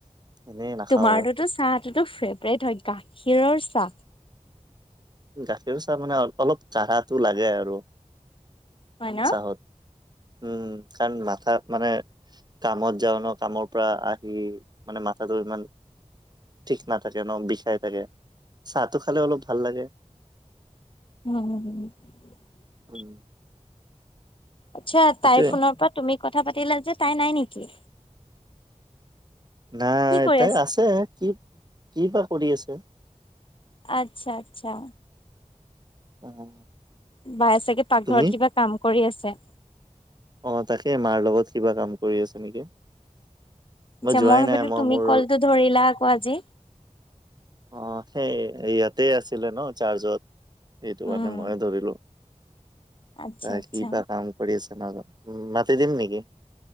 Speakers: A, on the right; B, on the left.
A: এনেই নাখাওঁ।
B: তোমাৰটোতো চাহটোতো ফেভৰেট হয় গাখীৰৰ চাহ
A: গাখীৰ চাহ মানে অলপ কাঢ়াটো লাগে আৰু
B: হয় ন
A: চাহত। উম কাৰণ মাথা মানে কামত যাওঁ ন কামৰ পৰা আহি মানে মাথাটো ইমান ঠিক নাথাকে ন বিষাই থাকে চাহটো খালে অলপ ভাল লাগে
B: উম
A: উম
B: আচ্ছা
A: সেইটোয়ে
B: তাইৰ ফোনৰ পৰা তুমি কথা পাতিলা যে তাই নাই নেকি
A: নাই
B: কি কৰি
A: এ তাই আছে কি কি বা কৰি আছে
B: আচ্ছা আচ্ছা।
A: অ'।
B: বাই চাগে পাকঘৰত
A: তুমি?
B: কিবা কাম কৰি আছে।
A: অ' তাকে মাৰ লগত কিবা কাম কৰি আছে নেকি।
B: আচ্ছা
A: যোৱাই
B: মই ভাবিলো
A: নাই
B: তুমি
A: মোৰ
B: কলটো ধৰিলা আকৌ আজি।
A: অ' সেই ইয়াতে আছিলে ন চাৰ্জত, সেইটো
B: উম,
A: কাৰণে মই ধৰিলো।
B: আচ্ছা
A: ত
B: আচ্ছা
A: কি বা কাম কৰি আছে ম উ মাতি দিম নেকি?